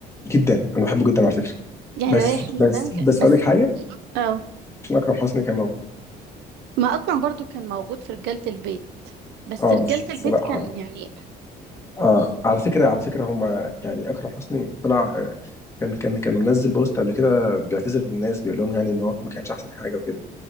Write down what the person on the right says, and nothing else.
يعني
رايح
المدام ك...
بس
اه
ما اكرم برضو كان موجود في رجالة البيت بس
رجالة
البيت كان
يعني